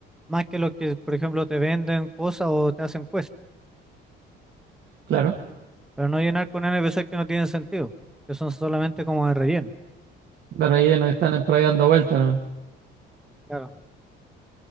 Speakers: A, in the centre; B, on the right (about 55°).
A: Más que los que, por ejemplo, te venden cosas o te hacen quest,
B: Claro.
A: pero no llenar con NPC que no tienen sentido, que son solamente como de relleno.
B: De relleno que están por ahí dando vueltas, ¿no?
A: Claro,